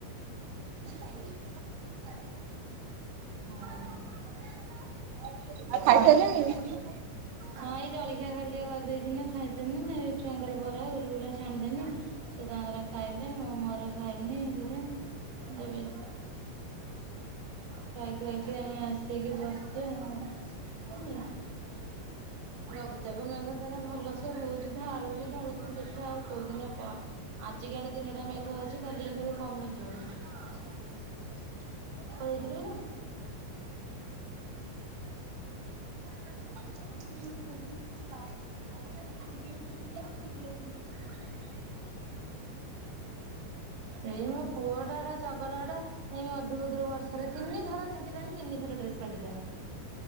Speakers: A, on the right (about 90°); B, on the right (about 65°).
A: ହୁଁ
B: ହଁ।
A: ଆଉ ଖାଇ ସାରିଲେଣି?
B: ହଁ ଏଇ ଜଳଖିଆ ଖାଲି ଟିକେ କରିଦେଇଥିନି ଖାଇଦେନୁ ଏଇ ଛୁଆଙ୍କର ବରା ଗୁଲୁଗୁଲା ଛାଣିଦେନି ସେ ତାଙ୍କର ଖାଇଲେ ମୁଁ ମୋର ଖାଇନି ଦିଇଟା <unintelligible> ଖାଇ ଖୁଆକି ଆମେ ଆସିକି ବସିଚି ଆଉ <unintelligible> ଲଘୁଚାପ ମେଘ ତାର ଭଲସେ ହୋଉଚି ଢାଳୁଚି ଢାଳୁଚି ଦେଖିବା ଆଉ କୋଉ ଦିନ କ ଆଜିକାଳେ ଦିନଟା ମେଘ ଅଛି। କାଲିକି କାଳେ କମିଯିବ। କୁଆଡେ ଯାଇଥିଲୁ ତୁ କି? <unintelligible> <unintelligible> ଏଇ ମୋ ପୁଅଟା ହେଟା ଚଗଲାଟା। ଏଇ ଅଧୁଭୁତୁରୁ ବର୍ଷାରେ ତିନିଥର ତିିନ୍ତିଲାଣି ତିନିଥର ଡ୍ରେସ ପାଲଟିଲାଣି।